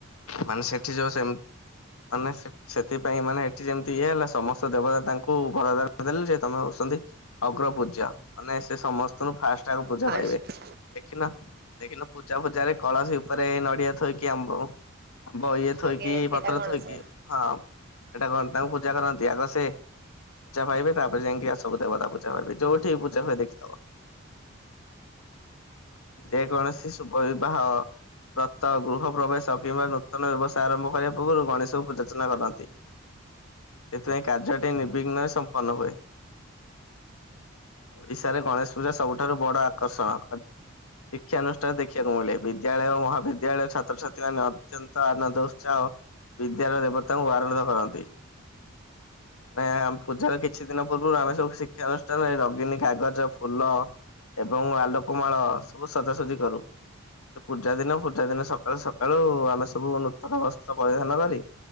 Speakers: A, on the left (about 90°); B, on the right (about 45°).
A: ମାନେ ସେଠି ଯେଉଁ ସେମ ମାନେ ସେଠ ସେଠ ସେଥିପାଇଁ ଏମାନେ ଏଠିଁ ଯେମିତି ଇଏ ହେଲା ସମସ୍ତ ଦେବତା ତାଙ୍କୁ ବରଦାନ ଦେଲେ ଯେ ତୁମେ ହେଉଛନ୍ତି ଅଗ୍ରପୁ ଜ୍ୟ ମାନେ ସେ ସମସ୍ତଙ୍କୁ ଫାଷ୍ଟ ଆଗ
B: ହଁ
A: ପୂଜା
B: ଫାଷ୍ଟ।
A: ପାଇବେ। ଦେଖିନ? ଦେଖିନ ପୂଜା ଫୁଜାରେ କଳସି ଉପରେ ନଡ଼ିଆ ଥୋଇକି ଆମ୍ବ ଓ ଆମ୍ବ ଇଏ ଥୋଇକି
B: ଆଗେ ସେଇଟା
A: ପତ୍ର
B: ଗଣେଶ।
A: ଥୋଇକି ହଁ ଏଟା କରନ୍ତି ତାଙ୍କୁ ପୂଜା କରନ୍ତି ଆଗ ସେ ପୂଜା ପାଇବେ ତାପରେ ଯାଇଁକି ସବୁ ଦେବତା ପୂଜା ପାଇବେ। ଯେଉଁଠି ପୂଜା ହୁଏ ଦେଖିଥିବ ଯେ କୌଣସି ଶୁଭ ବିବାହ ବ୍ରତ ଗୃହ ପ୍ରବେଶ କିମ୍ବା ନୂତନ ବ୍ୟବସାୟ ଆରମ୍ଭ କରିବା ପୂର୍ବରୁ ଗଣେଶଙ୍କୁ ପୂଜା ଅର୍ଚ୍ଚନା କରନ୍ତି। ସେଥିପାଇଁ କାର୍ଯ୍ୟଟି ନିର୍ବିଘ୍ନରେ ସମ୍ପନ୍ନ ହୁଏ। ଓଡିଶାରେ ଗଣେଶ ପୂଜା ସବୁଠାରୁ ବଡ ଆକର୍ଷଣ। ଶିକ୍ଷାନୁଷ୍ଠାନ ଦେଖିବାକୁ ମିଳେ ବିଦ୍ୟାଳୟ ଓ ମହାବିଦ୍ୟାଳୟ ଛାତ୍ରଛାତ୍ରୀ ମାନେ ଅତ୍ୟନ୍ତ ଆନନ୍ଦ ଉତ୍ସାହ ବିଦ୍ୟାର ଦେବତାଙ୍କୁ ଆନନ୍ଦ କରନ୍ତି। ମାନେ ପୂଜାର କିଛି ଦିନ ପୂର୍ବରୁ ଆମେ ସବୁ ଶିକ୍ଷାନୁଷ୍ଠାନରେ ରଙ୍ଗିନୀ କାଗଜ ଫୁଲ ଏବଂ ଆଲୋକ ମାଳ ସବୁ ସଜାସଜି କରୁ। ପୂଜା ଦିନ ପୂଜା ଦିନ ସକାଳୁ ସକାଳୁ ଆମେ ସବୁ ନୂତନ ବସ୍ତ୍ର ପରିଧାନ କରି